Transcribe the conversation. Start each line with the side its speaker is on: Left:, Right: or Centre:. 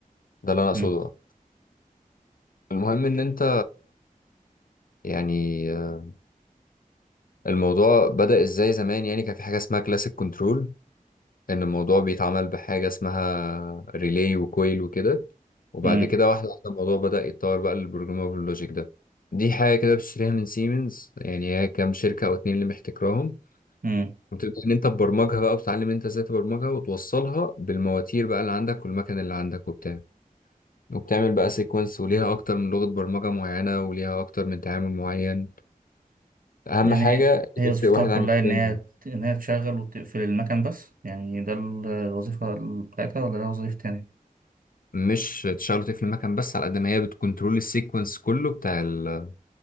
Left: ده اللي انا اقصده
Right: مم.
Left: المهم ان انت يعني آه، الموضوع بدأ ازاي زمان يعني كان في حاجة اسمها كلاسيك كنترول ان الموضوع بيتعمل بحاجة اسمها ريلي وكويل وكده وبعد
Right: مم.
Left: كده واحدة واحدة الموضوع بدأ يتطور بقى للبروجرامابل لوجيك ده دي حاجة كده بتشتريها من سيمنز يعني هي كام شركة او اتنين اللي محتكراهم
Right: مم.
Left: وتبدأ ان انت تبرمجها بقى وتتعلم انت ازاي تبرمجها وتوصلها بالمواتير بقى اللي عندك والمكن اللي عندك وبتاع وبتعمل بقى سيكونس وليها اكتر من لغة برمجة معينة وليها اكتر من تعامل معين اهم
Right: يعني
Left: حاجه
Right: هي هي
Left: يفرق
Right: وظيفتها
Left: واحد
Right: كلها
Left: عن التاني
Right: إن هي ت- إن هي تشغل وتقفل المكن بس يعني ده ال- الوظيفة بتاعتها ولا ده وظيفة تانية؟
Left: مش تشغله تقفل المكن بس على قد ما هي بتكنترول السيكونس كله بتاع ال...